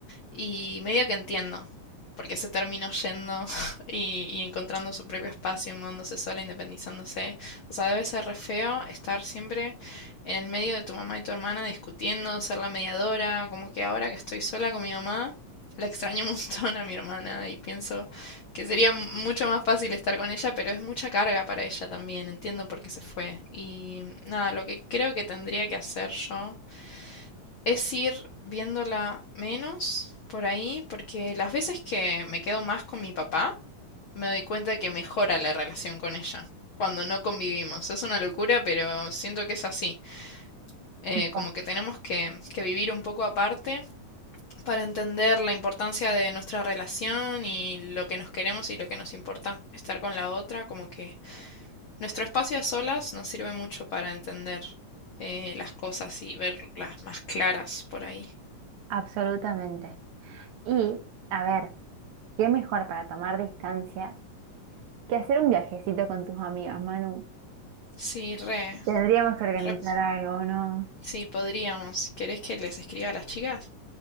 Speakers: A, on the left (about 80°); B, on the right (about 75°).
A: Y medio que entiendo, porque se terminó yendo <laughs> y, y encontrando su propio espacio, mudándose sola, independizándose. O sea, debe ser re feo estar siempre en el medio de tu mamá y tu hermana discutiendo, ser la mediadora, como que ahora que estoy sola con mi mamá, la extraño <laughs> un montón a mi hermana y pienso que sería mucho más fácil estar con ella, pero es mucha carga para ella también, entiendo por qué se fue. Y nada, lo que creo que tendría que hacer yo es ir viéndola menos por ahí, porque las veces que me quedo más con mi papá, me doy cuenta que mejora la relación con ella cuando no convivimos. Es una locura, pero siento que es así. Eh,
B: culpa.
A: como que tenemos que, que vivir un poco aparte para entender la importancia de nuestra relación y lo que nos queremos y lo que nos importa estar con la otra. Como que nuestro espacio a solas nos sirve mucho para entender eh, las cosas y verlas más claras por ahí.
B: absolutamente. Y, a ver, ¿qué mejor para tomar distancia que hacer un viajecito con tus amigas, Manu?
A: Sí, re.
B: Tendríamos que organizar
A: Ep,
B: algo, ¿no?
A: Sí, podríamos. ¿Querés que les escriba a las chicas?